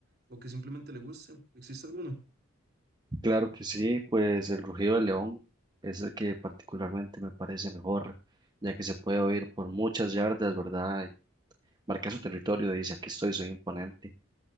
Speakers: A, on the right; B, on the right.
A: o que simplemente le guste. ¿Existe alguno?
B: Claro que sí, pues el rugido del león es el que particularmente me parece mejor, ya que se puede oír por muchas yardas, ¿verdad? Y marca su territorio y dice, aquí estoy, soy imponente.